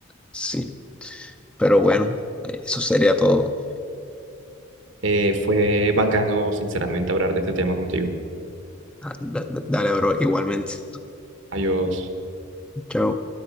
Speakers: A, in the centre; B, on the right.
A: Sí, pero bueno, eso sería todo.
B: Eh, fue bacano, sinceramente, hablar de este tema contigo.
A: Ah, da- da- Dale, bro, igualmente.
B: Adiós.
A: Chao.